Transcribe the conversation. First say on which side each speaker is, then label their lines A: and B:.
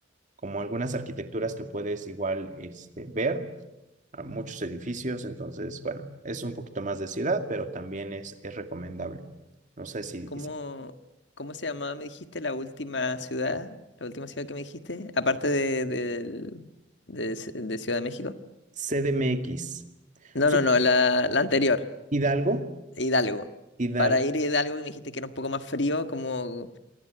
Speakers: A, on the right; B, on the left.
A: como algunas arquitecturas que puedes igual este, ver, a muchos edificios, entonces, bueno, es un poquito más de ciudad, pero también es, es recomendable. No sé si,
B: ¿Cómo,
A: si-
B: cómo se llamaba, me dijiste, la última ciudad? ¿La última ciudad que me dijiste? Aparte de, del- de, Ci- de Ciudad de México.
A: CDMX.
B: No,
A: So-
B: no, no, la, la anterior,
A: Hidalgo,
B: Hidalgo.
A: Hidalgo.
B: Para ir a Hidalgo, que me dijiste que era un poco más frío, como